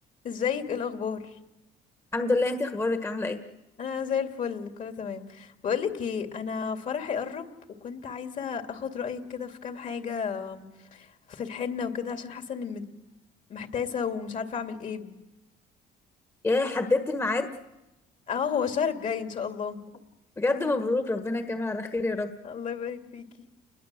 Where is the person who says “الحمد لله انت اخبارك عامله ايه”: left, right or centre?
Left